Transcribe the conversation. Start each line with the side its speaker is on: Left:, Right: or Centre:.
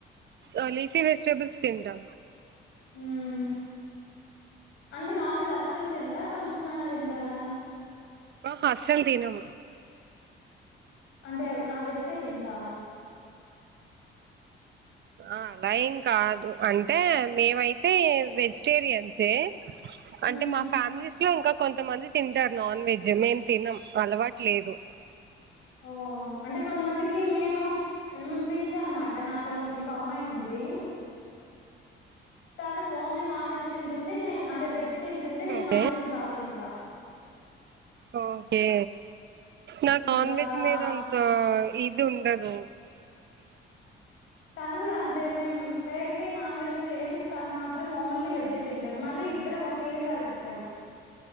Right: ఆ లీఫీ వెజిటెబుల్స్ తింటా
Left: మ్మ్ అంటే నాన్ వెజ్ అస్సల్ తినరా కొంచెం అయినా తింటారా
Right: హ అస్సల్ తినం
Left: అంటే నా వెజిటేరియన్సా
Right: అలా ఏం కాదు అంటే మిము అయితే వెజ్ వెజ్ టేరియన్సే
Left: మ్మ్
Right: అంటే మా ఫ్యామిలీస్ లో ఇంకా కొంతమంది తింటారు నాన్ వెజ్ మేము తినాం అలవాటు లేదు
Left: ఓ అంటే కొంతమందికి మేము పించ్ అన్నమాట నాతో ఇంకో అమ్మాయి ఉంది తను ఓన్లీ నాన్ వెజ్ తింటుంది నేన్ అంటే వెజ్ తింటుంది నేను
Right: ఓకే
Left: నాన్ వెజ్ బాగా తింటా
Right: ఓకే నాకు
Left: ఇంకా
Right: నాన్ వెజ్
Left: అలా
Right: మీద అంతా ఇదుండదు
Left: తను కూడా అంతే మేం పేరుకే నాన్ వెజిటేరియన్స్ తను మాత్రం ఓన్లీ వెజ్ ఏ తింటాది మళ్ళీ ఇద్దరం ఒకేసారి పుట్టాం